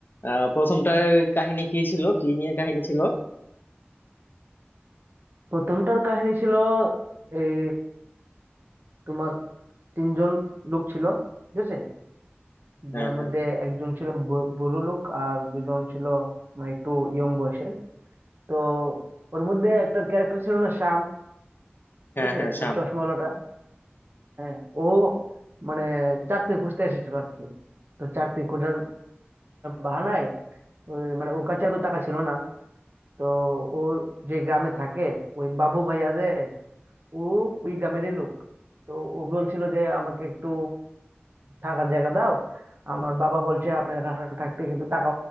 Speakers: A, on the left; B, on the right.
A: আহ, প্রথমটার কাহিনী কি ছিল কি নিয়ে কাহিনী ছিল
B: প্রথমটার কাহিনী ছিল এই তোমার তিনজন লোক ছিল ঠিক আছে
A: হ্যাঁ
B: যার
A: হ্যাঁ
B: মধ্যে একজন ছিল ব- বুড়ো লোক আর দুজন ছিল মানে একটু ইয়ং বয়সের তো ওর মধ্যে একটা ক্যারেক্টার ছিল না শ্যাম ঠিক
A: হ্যাঁ
B: আছে
A: হ্যাঁ শ্যাম
B: ওই চশমাওয়ালাটা হ্যাঁ ও মানে চাকরি খুঁজতে এসেছিল আর কি তো চাকরি খোঁজার বাহানায় ওই মানে ওর কাছে এত টাকা ছিল না তো ওর যে গ্রামে থাকে ওই বাবু ভাইয়া যে ও ওই গ্রামেরই লোক তো ও বলছিল যে আমাকে একটু থাকার জায়গা দাও আমার বাবা বলছে আপনার এখানে থাকতে কিন্তু টাকা